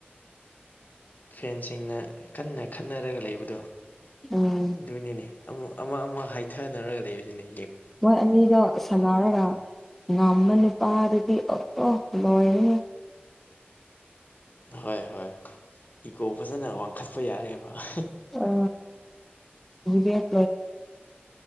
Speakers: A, on the left; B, in the centre.
A: ꯐꯦꯟꯁꯤꯡꯅ ꯀꯟꯅ ꯈꯠꯅꯔꯒ ꯂꯩꯕꯗꯣ
B: ꯎꯝ
A: ꯑꯗꯨꯅꯤꯅꯦ ꯑꯃ ꯑꯃ ꯑꯃ ꯍꯥꯏꯊꯅꯔꯒ ꯂꯩꯕꯁꯤꯅꯤ
B: ꯃꯣꯏ ꯑꯅꯤꯗꯣ ꯁꯅꯔꯒ ꯉꯝꯃ ꯅꯨꯄꯥ ꯑꯗꯨꯗꯤ ꯑ ꯑꯣ ꯂꯣꯏꯔꯅꯤ
A: ꯍꯣꯏ ꯍꯣꯏ ꯏꯒꯣ ꯐꯖꯅ ꯋꯥꯡꯈꯠꯄ ꯌꯥꯔꯦꯕ <inaudible>
B: ꯑ ꯗꯤꯕꯦꯠ